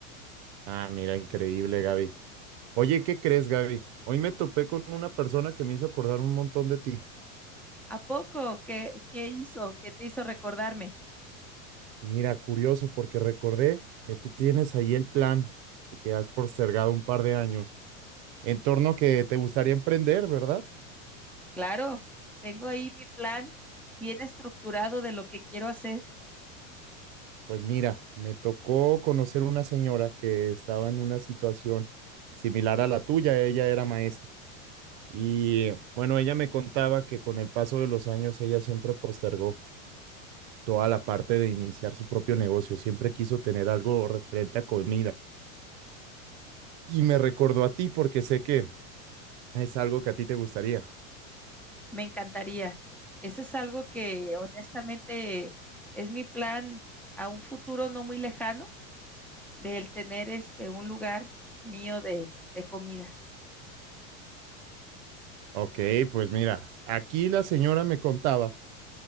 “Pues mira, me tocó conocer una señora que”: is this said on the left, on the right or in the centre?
Right